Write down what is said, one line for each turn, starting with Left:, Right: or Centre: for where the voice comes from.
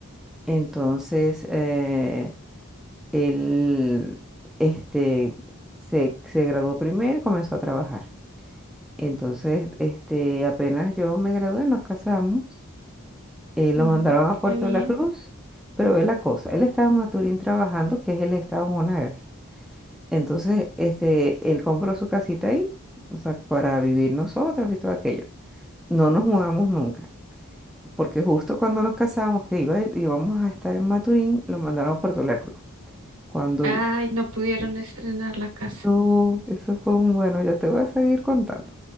Centre: Entonces, eh, él este, se, se graduó primero y comenzó a trabajar. Entonces, este, apenas yo me gradué, nos casamos eh, lo
Right: Mm,
Centre: mandaron a Puerto
Right: qué bien.
Centre: de la Cruz, pero ve la cosa, él estaba en Maturín trabajando, que es el estado Monagas. Entonces, este, él compró su casita ahí, o sea, para vivir nosotros y todo aquello. No nos mudamos nunca, porque justo cuando nos casamos, que iba, íbamos a estar en Maturín, lo mandaron a Puerto de la Cruz. Cuando
Right: Ay,
Centre: yo,
Right: no pudieron estrenar la casa.
Centre: no, eso fue un bueno, ya te voy a seguir contando.